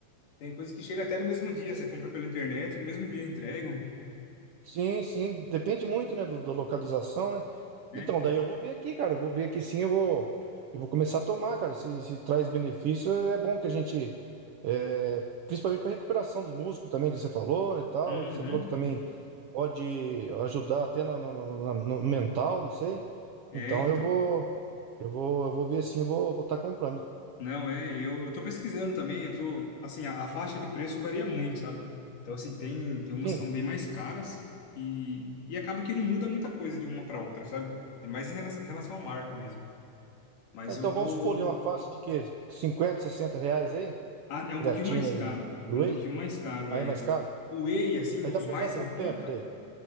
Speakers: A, on the left; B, on the right.
A: Tem coisa que chega até no mesmo dia, você compra pela internet, no mesmo dia entregam.
B: Sim, sim, depende muito, né, do- da localização, né?
A: É,
B: Então,
A: então.
B: daí eu vou ver aqui, cara, eu vou ver aqui sim, eu vou, eu vou começar a tomar, cara, se, se traz benefício, é bom que a gente, é, principalmente para recuperação dos músculos também, que você falou, né, tal,
A: Uhum.
B: você falou que também pode ajudar até na- no, no- no- no mental, não sei,
A: É,
B: então
A: então.
B: eu vou, eu vou, eu vou ver sim, eu vou, vou estar comprando.
A: Não, é, e eu, eu tô pesquisando também, eu tô, assim, a, a faixa de preço varia muito, sabe? Então, assim, tem, tem umas
B: Sim,
A: que são bem mais caras e, e acaba que não muda muita coisa de uma para outra, sabe? É mais em relação, relação à marca mesmo. Mas
B: Ah, então
A: eu vou...
B: vamos supor ali uma faixa de quê? cinquenta, 60 reais aí?
A: Ah, é um
B: Creatina
A: pouquinho mais caro.
B: e, e
A: É
B: whey?
A: um pouquinho mais caro.
B: Aí
A: É,
B: é mais caro?
A: o whey, assim,
B: Mas
A: os
B: dá pra
A: mais
B: usar quanto
A: em conta,
B: tempo daí?